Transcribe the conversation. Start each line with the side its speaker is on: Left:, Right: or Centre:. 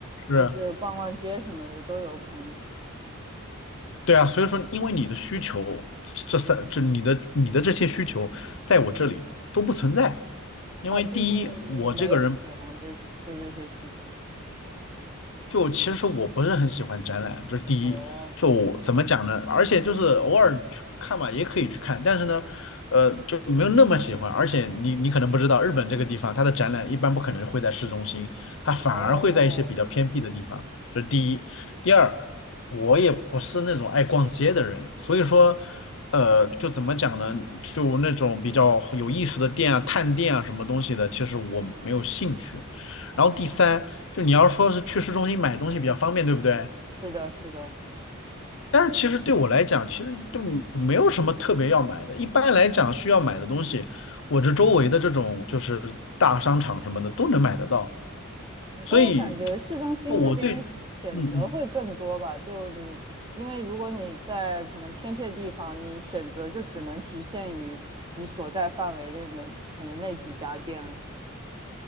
Left: 是，
Right: 就是逛逛街什么的都有可能。
Left: 对啊，所以说因为你的需求，这三就你的你的这些需求，在我这里都不存在，因为第一，
Right: 哦，就是你没有喜欢这做这些事情。
Left: 我这个人就其实我不是很喜欢展览，这是第一。
Right: 哦，
Left: 就我怎么讲呢？而且就是偶尔去看吧，也可以去看，但是呢，呃，就没有那么喜欢。而且你你可能不知道，日本这个地方它的展览一般不可能会在市中心，它反而会在一些比较偏僻的地方。
Right: 哦，
Left: 这是第一。第二，我也不是那种爱逛街的人，所以说，呃，就怎么讲呢？就那种比较有意思的店啊、探店啊什么东西的，其实我没有兴趣。
Right: 哦。
Left: 然后第三，就你要说是去市中心买东西比较方便，对不对？
Right: 是的，是的，
Left: 但是其实对我来讲，其实就没有什么特别要买的。一般来讲，需要买的东西，我这周围的这种就是大商场什么的都能买得到。
Right: 嗯但我感觉市中心那边选择会更多吧。
Left: 所以，就我对，嗯嗯
Right: 就你，因为如果你在可能偏僻的地方，你选择就只能局限于你所在范围内的可能那几家店。